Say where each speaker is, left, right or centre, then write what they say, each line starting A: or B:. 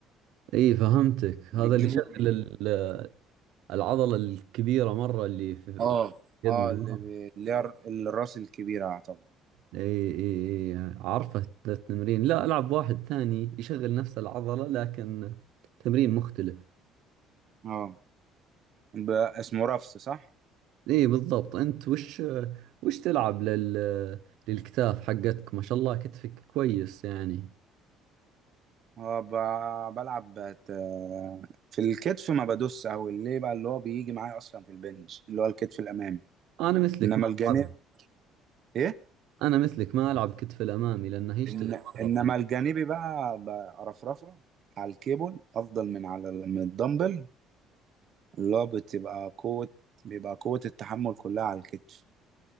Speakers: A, on the right (about 75°); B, on the right (about 45°).
A: اي فهمتك
B: بتجيبه
A: هذا اللي يشغل ال- العضلة الكبيرة مرة اللي في
B: اه
A: يد
B: اه
A: من
B: اللي
A: ورا
B: بي- اللي هي الر- الراس الكبيرة طبعا
A: اي اي اي عارفه ذا التمرين لا العب واحد ثاني يشغل نفس العضلة لكن تمرين مختلف
B: اه ب- اسمه رفس صح؟
A: اي بالضبط انت وش وش تلعب لل للكتاف حقتك ما شاء الله كتفك كويس يعني
B: اه ب- بلعب بت... في الكتف ما بدوس قوي ليه بقى اللي هو بيجي معايا اصلا في البنش اللي هو الكتف الامامي
A: انا مثلك
B: انما
A: ما
B: الجانب
A: العب
B: ايه؟
A: انا مثلك ما العب كتف الامامي لانه يشتغل
B: إن...
A: مره
B: انما
A: في ال...
B: الجانبي بقى برفرفه على الكيبل افضل من على ال- من الدمبل اللي هو بتبقى قوة بيبقى قوة التحمل كلها على الكتف